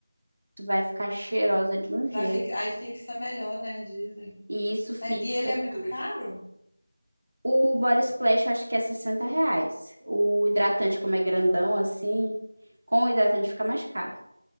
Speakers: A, on the right; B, on the left.
A: tu vai ficar cheirosa de um
B: Pra
A: jeito.
B: fi... Aí fixa melhor, né? Dizem.
A: E isso fixa
B: Mas- E ele é
A: demais.
B: muito caro?
A: O Body Splash eu acho que é 60 reais. O hidratante, como é grandão assim, com o hidratante fica mais caro.